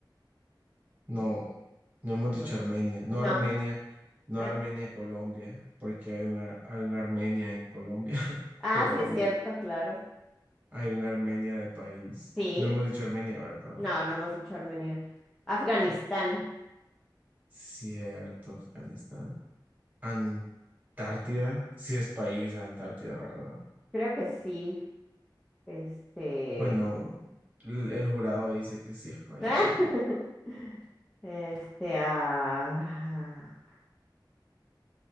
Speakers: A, on the right; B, in the centre.
A: No, no hemos
B: No.
A: dicho Armenia. No
B: No.
A: Armenia, no
B: Ah,
A: Armenia, Colombia, porque hay una, hay un Armenia en Colombia, <laughs>
B: ah,
A: pero
B: sí
A: Arme-
B: es cierto, claro.
A: hay un Armenia de país.
B: Sí.
A: No hemos dicho Armenia, ¿verdad?
B: No, no hemos dicho Armenia. Afganistán.
A: Que cierto, Afganistán. Antártida, sí es país, Antártida, ¿verdad?
B: Creo que sí. Este.
A: Bueno, el, el jurado dice que sí es país,
B: <laughs>
A: entonces.
B: Este. ah,